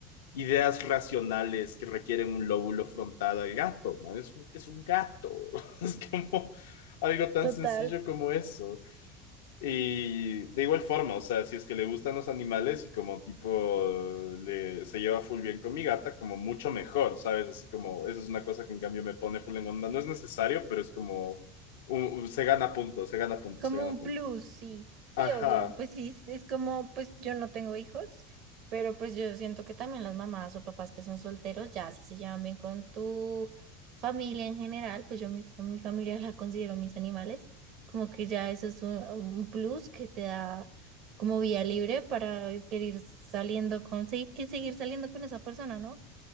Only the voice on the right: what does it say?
total.
Como
un
plus, sí, sí,
obvio, pues sí, es es como, pues yo no tengo hijos, pero pues yo siento que también las mamás o papás que son solteros, ya si se llevan bien con tu familia en general, pues yo mi, fa- mi familia <laughs> la considero mis animales, como que ya eso es un, un plus que te da como vía libre para querer saliendo con, sí, que seguir saliendo con esa persona, ¿no?